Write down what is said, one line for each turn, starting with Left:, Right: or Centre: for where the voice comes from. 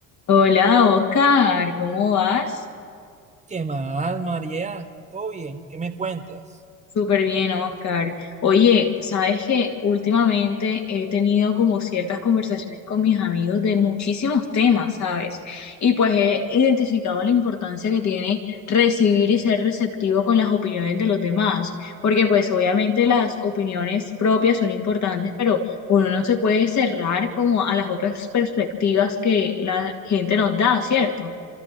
Left: Hola, Oscar, ¿cómo vas?
Right: ¿Qué más, María? ¿Todo bien? ¿Qué me cuentas?
Left: Súper bien, Oscar. Oye, sabes que últimamente he tenido como ciertas conversaciones con mis amigos de muchísimos temas, ¿sabes? Y pues he identificado la importancia que tiene recibir y ser receptivo con las opiniones de los demás, porque pues obviamente las opiniones propias son importantes, pero uno no se puede cerrar como a las otras perspectivas que la gente nos da, ¿cierto?